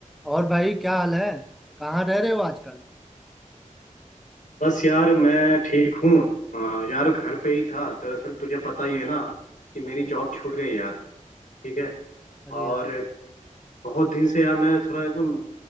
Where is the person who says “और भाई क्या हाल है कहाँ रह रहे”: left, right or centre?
Centre